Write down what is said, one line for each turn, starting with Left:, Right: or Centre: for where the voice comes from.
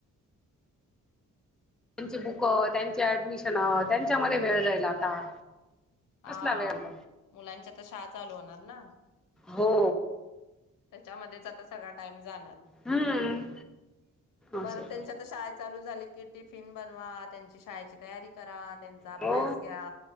Centre: त्यांची बुक, त्यांची ऍडमिशन, त्यांच्यामध्ये वेळ जाईल आता.
Left: हा
Centre: कसला वेळ
Left: मुलांच्या तर शाळा चालू होणार ना.
Centre: हो
Left: त्याच्यामध्येच आता सगळा टाइम जाणार,
Centre: हम्म असं
Left: परत त्यांच्या आता शाळा चालू झाले की टिफिन बनवा, त्यांची शाळेची तयारी करा. त्यांचा अभ्यास
Centre: हो
Left: घ्या.